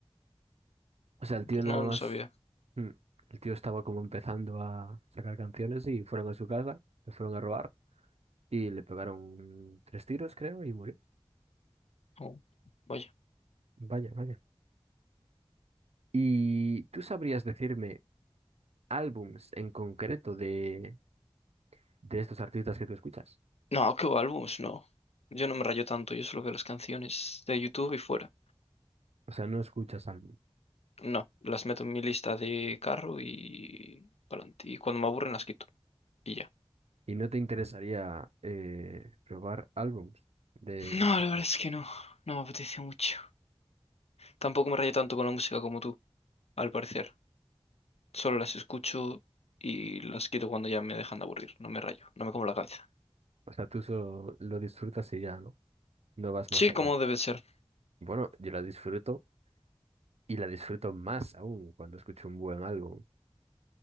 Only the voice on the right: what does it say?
O sea, el tío
nada
más...
mm, El tío estaba como empezando a sacar canciones y fueron a su casa, le fueron a robar y le pegaron tres tiros, creo, y murió.
Vaya, vaya. ¿Y tú sabrías decirme... álbums en concreto de, de estos artistas que tú escuchas.
O sea, no escuchas álbum.
Y no te interesaría eh, probar álbums de,
por ejemplo.
O sea, tú solo lo disfrutas y ya, ¿no? No vas más
allá.
Bueno, yo la disfruto y la disfruto más aún cuando escucho un buen álbum.